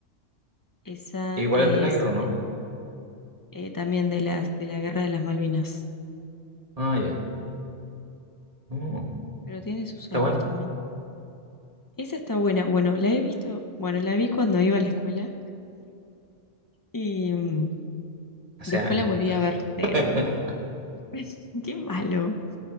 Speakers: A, on the left (about 20°); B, on the right (about 30°).
A: Esa
B: Igual
A: es
B: es de la guerra, ¿no?
A: eh, eh, también de las de la Guerra de las Malvinas,
B: Ah, ya. Mm,
A: pero tiene sus
B: está
A: años
B: buena.
A: también. Esa está buena. Bueno, la he visto, bueno, la vi cuando iba a la escuela y mm,
B: Hace
A: después
B: años.
A: la volví a ver de grande.
B: <laughs>
A: <laughs> Qué malo.